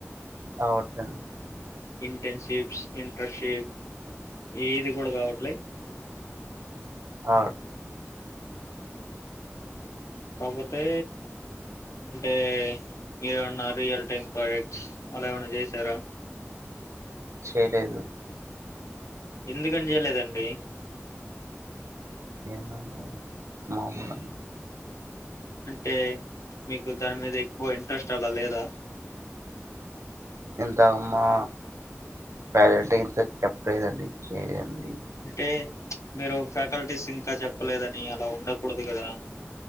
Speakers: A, on the right; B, on the left.
A: వట్లేదు
B: ఇంటర్న్షిప్స్ ఇంటర్షిప్ ఏది కూడా కావట్లే
A: ఆ
B: కాకపోతే అంటే మీరేమన్నా రియల్ టైమ్ ప్రాజెక్ట్స్ అలా ఏమైనా చేశారా
A: చేయలేదు
B: ఎందుకని చేయలేదండి
A: ఏదనా మామూల
B: అంటే మీకు దాని మీద ఎక్కువ ఇంట్రెస్ట్ అలా లేదా
A: ఇంత మా పాలట్ ఇంత చెప్పలేదని చేయండి
B: అంటే మీరు ఫ్యాకల్టీస్ ఇంకా చెప్పలేదని అలా ఉండకూడదు కదా